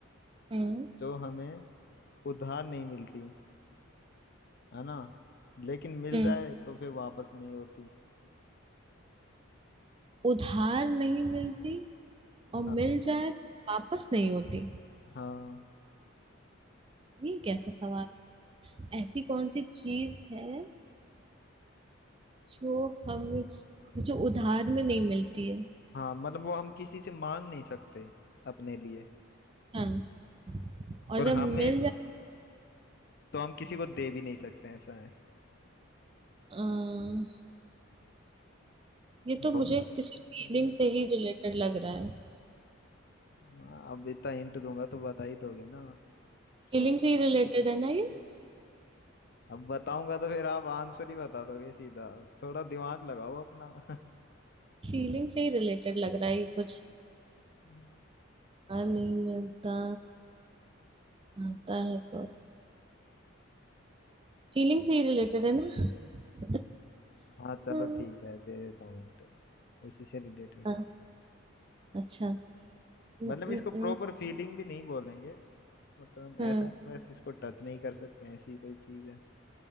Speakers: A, on the right; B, on the left.
A: हम्म
B: जो हमें उधार नहीं मिलती है ना लेकिन मिल
A: हम्म
B: जाए तो फिर वापस नहीं होती
A: उधार नहीं मिलती और मिल
B: हाँ
A: जाए तो वापस नहीं होती
B: हाँ
A: ये कैसा सवाल ऐसी कौन सी चीज है जो हमें जो उधार में नहीं मिलती है
B: हाँ मतलब वो हम किसी से मांग नहीं सकते अपने लिए
A: हाँ और
B: और
A: जब
B: हमें
A: मिल जाए
B: तो हम किसी को दे भी नहीं सकते ऐसा है
A: अम्म, ये तो मुझे
B: हो गया ना
A: किसी
B: ट्रिक
A: फीलिंग
B: ये?
A: से ही रिलेटेड लग रहा है
B: हाँ अब इतना हिंट दूंगा तो बता ही दोगे ना
A: फीलिंग
B: सोचो
A: से
B: सोचो
A: ही रिलेटेड
B: क्या हो सकता
A: है ना ये
B: है अब बताऊंगा तो फिर आप आंसर ही बता दोगे सीधा थोड़ा दिमाग लगाओ अपना <laughs>
A: फीलिंग से ही रिलेटेड लग रहा है ये कुछ
B: हम्म।
A: आ नहीं मिलता आता है तो फीलिंग से ही रिलेटेड है ना <laughs>
B: हाँ चलो
A: हम्म,
B: ठीक है दे देता हूँ हिंट उसी से रिलेटेड
A: हाँ
B: है
A: अच्छा न,
B: मतलब
A: न,
B: इसको प्रॉपर
A: न,
B: फीलिंग भी नहीं बोलेंगे मतलब हम
A: न,
B: ऐसा है कि बस इसको टच नहीं कर सकते हैं, ऐसी कोई चीज है